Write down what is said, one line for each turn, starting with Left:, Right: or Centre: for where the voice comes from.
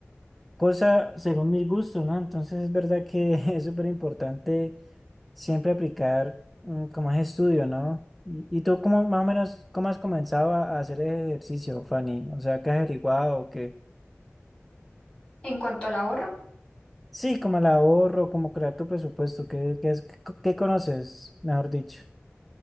Centre: cosa según mis gustos, ¿no? Entonces es verdad que <laughs> es súper importante siempre aplicar mm, como es estudio, ¿no? ¿Y, y tú cómo más o menos, cómo has comenzado a, a hacer ejercicio, Fanny? O sea, ¿qué has averiguado? ¿Qué?
Left: En cuanto al ahorro,
Centre: Sí, como el ahorro, como crear tu presupuesto, ¿qué, qué, es- qué co- qué conoces, mejor dicho?